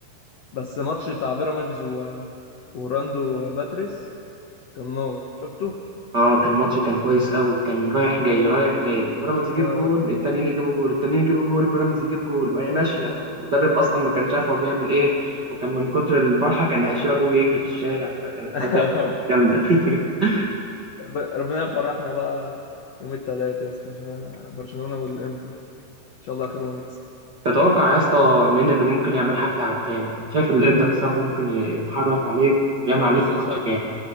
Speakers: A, on the left; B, on the right.
A: بس ماتش بتاع بيراميدز و... وراندو باتريس كان نار شفته؟
B: اه كان ماتش كان كويس قوي كان رايح جاي رايح جاي بيراميدز يجيب
A: آه،
B: جول التانيين يجيبوا جول التانيين يجيبوا جول بيراميدز يجيب جول وهي ماشيه والمدرب اصلا ما كانش عارف هو بيعمل ايه وكان من كتر الفرحه كان هيشيل ابوه ويجري في الشارع فكانت
A: <laughs>
B: حاجه جامده <laughs>
A: رب- ربنا يفرحنا بقى يوم التلات يا اسطى عشان برشلونة والانتر ان شاء الله خير ونكسب
B: تتوقع يا اسطى مين اللي ممكن يعمل حفله على التاني يعني شايف الانتر صح ممكن ي- يتحرك عليكم ويعمل
A: انا
B: عليكم
A: بص يا
B: ماتش
A: اسطى
B: جامد